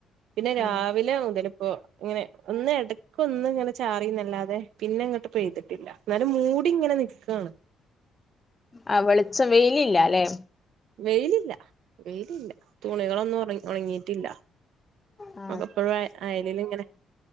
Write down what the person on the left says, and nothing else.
ആ
ആഹ് വെളിച്ചം വെയിലില്ല അല്ലെ
ആ